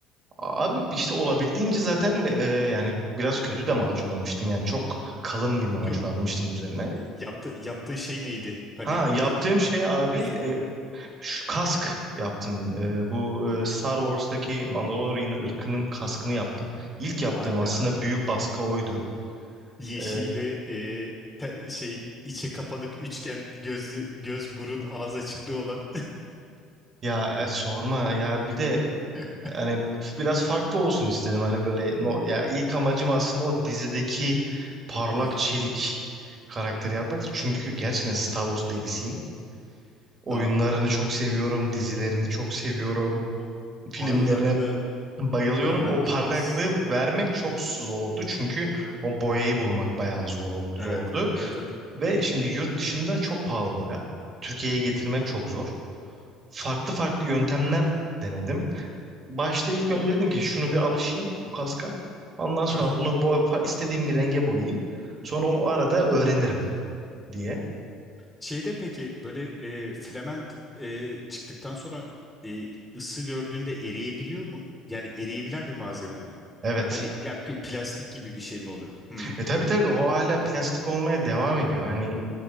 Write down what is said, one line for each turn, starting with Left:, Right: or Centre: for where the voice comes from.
Right: Abi işte olabildiğince zaten e, yani biraz kötü de macunlamıştım. Yani çok kalın bir macun
Centre: Yok yok
Right: atmıştım üzerine.
Centre: e, yaptı, yaptığın şey neydi? Hani
Right: Ha
Centre: e,
Right: yaptığım şey abi
Centre: büst
Right: e,
Centre: müydü?
Right: şu kask yaptım. E, bu e, Star Wars'taki Mandalorian ırkının kaskını yaptım. İlk yaptığım
Centre: Hayda.
Right: aslında büyük baskı oydu.
Centre: Yeşil
Right: E,
Centre: ve e, te- şey içe kapanık üçgen gözlü göz burun ağız açıklığı olan.
Right: ya e, sorma ya bir de
Centre: <laughs>
Right: Hani biraz farklı olsun istedim. Hani böyle no, ya ilk amacım aslında o dizideki parlak
Centre: Hı hı.
Right: çelik karakteri yapmak. Çünkü gerçekten Star Wars delisiyim. Oyunlarını
Centre: Aa,
Right: çok seviyorum, dizilerini çok seviyorum,
Centre: o
Right: filmlerine
Centre: parlaklı
Right: bayılıyorum.
Centre: parlaklı
Right: O parlaklığı
Centre: s-
Right: vermek çok zordu. Çünkü o boyayı bulmak bayağı zor oldu,
Centre: evet
Right: zordu.
Centre: evet evet, evet.
Right: Ve şimdi yurt dışında çok pahalı boya. Türkiye'ye getirmek çok zor. Farklı farklı yöntemler denedim. Başta ilk
Centre: Onu
Right: önce dedim ki şunu bir alışayım bu kaska. Ondan sonra
Centre: Hı hı.
Right: bunu boy, fa- istediğim bir renge boyayayım. Sonra o arada öğrenirim diye.
Centre: Şeyde peki böyle e, filament e, çıktıktan sonra e, ısı gördüğünde eriyebiliyor mu? Yani eriyebilen bir malzeme mi?
Right: Evet.
Centre: Hani ya pi- plastik gibi bir şey mi oluyor? Hmm,
Right: E tabii tabii o hala plastik olmaya devam ediyor. Hani